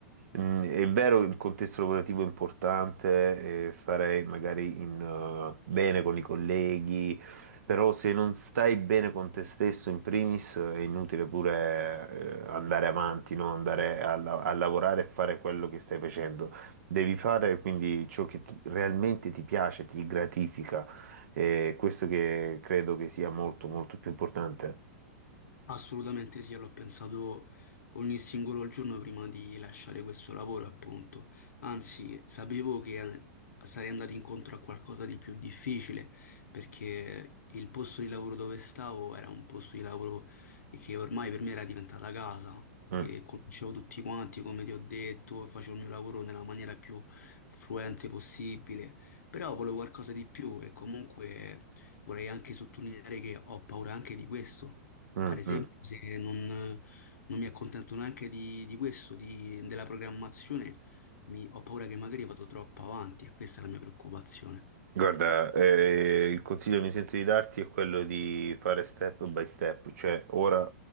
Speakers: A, on the right; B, on the left.
A: Mm, è vero, il contesto lavorativo è importante, eh, stare magari in, eh, bene con i colleghi però se non stai bene con te stesso in primis è inutile pure eh, andare avanti, no? Andare a, la- a lavorare e fare quello che stai facendo. Devi fare quindi ciò che ti- realmente ti piace, ti gratifica. E questo che credo che sia molto molto più importante.
B: Assolutamente sì, l'ho pensato ogni singolo giorno prima di lasciare questo lavoro, appunto. Anzi, sapevo che eh, sarei andato incontro a qualcosa di più difficile, perché il posto di lavoro dove stavo era un posto di lavoro che ormai per me era diventata casa
A: Mm,
B: e conoscevo tutti quanti, come ti ho detto, facevo il mio lavoro nella maniera più fluente possibile, però volevo qualcosa di più e comunque vorrei anche sottolineare che ho paura anche di questo
A: mm,
B: ad esempio,
A: mm.
B: se non, non mi accontento neanche di, di questo, di- della programmazione, mi- ho paura che magari vado troppo avanti e questa è la mia preoccupazione.
A: Guarda, eh, il consiglio che mi sento di darti è quello di fare step by step, cioè ora